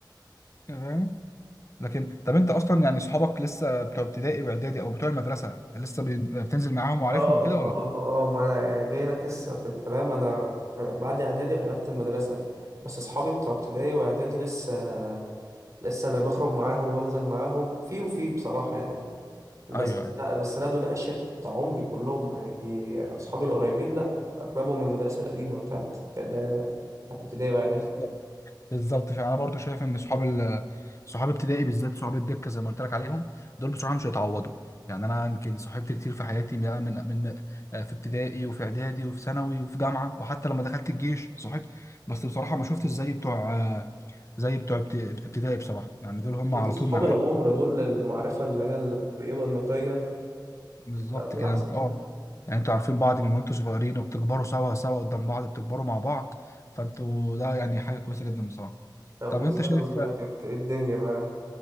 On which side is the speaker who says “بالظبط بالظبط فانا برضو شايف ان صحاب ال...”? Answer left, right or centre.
Left